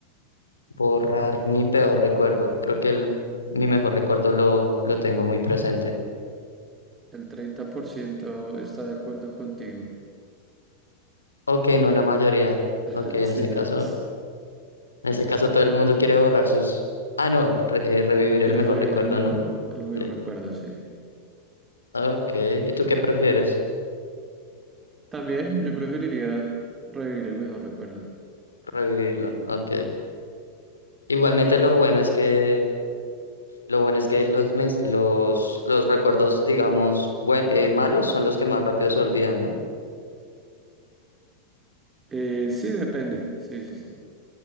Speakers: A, on the left; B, on the right.
A: borrar mi peor recuerdo. Creo que el, mi mejor recuerdo lo, lo tengo muy presente.
B: El 30% está de acuerdo contigo.
A: Ok, no la mayoría.
B: <laughs>
A: Ok, en
B: Sí,
A: ese
B: no.
A: caso. En ese caso, todo el mundo quiere borrar sus... Ah, no, re- eh, revivir
B: Quieres
A: el mejor
B: revivir
A: recuerdo,
B: el mejor,
A: ¿no?
B: mo- el mejor
A: Sí.
B: recuerdo, sí.
A: Ok, ¿y tú qué prefieres?
B: También yo preferiría revivir el mejor recuerdo.
A: Revivirlo, ok. Igualmente lo bueno es que... Lo bueno es que los, mens- los, los recuerdos, digamos, buen- eh, malos son los que más rápido se olvidan, ¿no?
B: Eh, sí, depende. Sí, sí, sí.